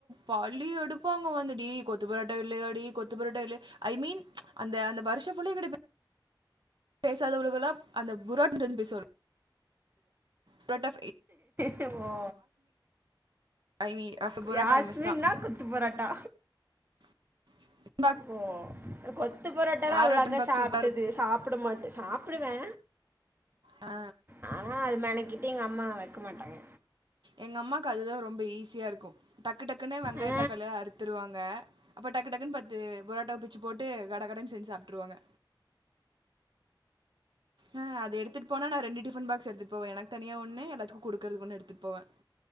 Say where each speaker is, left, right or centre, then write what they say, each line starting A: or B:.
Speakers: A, on the right; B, on the right.
A: பள்ளி எடுப்பாங்க வந்தடி கொத்து புரட்டா இல்லையாடி கொத்து புரோட்டா இல்லைய ஐ மீன் அந்த அந்த வருஷஃபுல்லா இங்கடைப் பேசாதவழுகெல்லாப் அந்த புரோட் பொய் பேசொல் புரோட் ஆப்
B: ட்டுவோ
A: ஐ மீன் புரோட்டா
B: யாஸ்மின்னா
A: ஃபேமஸ் தான்
B: குத்து புரோட்டா
A: <inaudible>
B: ஓ கொத்து பரோட்டல்லா
A: யாரோ
B: அவ்ளோக்கா
A: டின் பாக்ஸ்
B: சாப்ட்டது
A: சூப்பராக இருக்கும்
B: சாப்ட மாட்டே சாப்டுவே
A: ஆ
B: ஆ அத மெனக்கிட்டு எங்க அம்மா வைக்க மாட்டாங்க
A: எங்க அம்மாக்கு அதுதா ரொம்ப ஈஸியா இருக்கு டக் டக்குடக்ன்னே வெங்காய
B: ஆ
A: தக்காளிய அறுத்துருவாங்க அப்டக் கடகட பத்து பொரோட்டா பிச்சு போட்டு கடகடன் செஞ்சு சாப்ட்டுருவாங்க ஆ அது எடுத்துட்டு போனா நா ரெண்டு டிஃபன் பாக்ஸ் எடுத்துட்டுபொவே எனக்கு தனியா ஒன்னு எல்லாத்துக்கு குடுக்கறக்குன்னு எடுத்துட்டு போவே